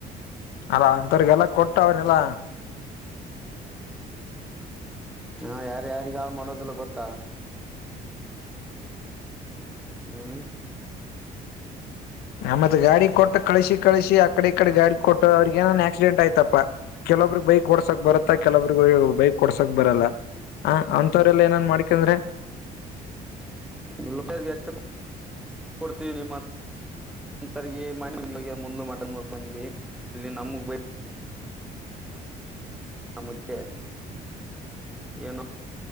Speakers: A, on the left (about 85°); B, in the centre.
A: ಅಲ್ಲ ಅಂಂತವ್ರಿಗೆಲ್ಲ ಕೊಟ್ಟ ಅವನಲ್ಲಾ
B: ಹಾ ಯಾರ ಯಾರಿಗ ಹಾಳು ಮಾಡೋದಿಲ್ಲ ಗೊತ್ತಾ ಹ್ಮ್
A: ನಮ್ಮತ್ ಗಾಡಿ ಕೊಟ್ಟ ಕಳಸಿ ಕಳಸಿ ಆಕಡೆ ಈ ಕಡೆ ಗಾಡಿ ಕೊಟ್ಟ ಅವ್ರಗ ಏನನ್ ಆಕ್ಸಿಡೆಂಟ್ ಆಯ್ತಾ ಕೆಲೊಬ್ರಗ್ ಬೈಕ್ ಓಡ್ಸಕ್ ಬರತ್ತ ಕೆಲೊಬ್ರಿಗೆ ಬೈಕ್ ಡ್ಸಕ್ ಬರಲ್ಲ ಹ ಅಂತವ್ರಲ್ಲ ಏನನ್ ಮಾಡಕಂದ್ರೆ
B: ಗಲ್ಲ ಪೈರಿಗೆ ಅಷ್ಟೇ ಕೊಡ್ತೀವಿ ನಿಮ್ಮ <unintelligible> ಒಂತರ್ಗ ಮ ಮೊಲು ಮಟ ಮೂರ್ಕೊಂಡಿ ಅಲ್ಲಿ ನಮಗ್ ಬ ಆ ಮುತ್ತೆ ಏನೂ